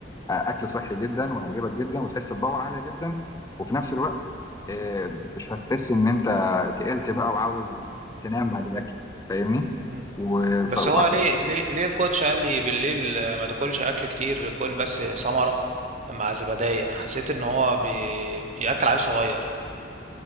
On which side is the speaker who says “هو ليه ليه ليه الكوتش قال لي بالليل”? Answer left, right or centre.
Right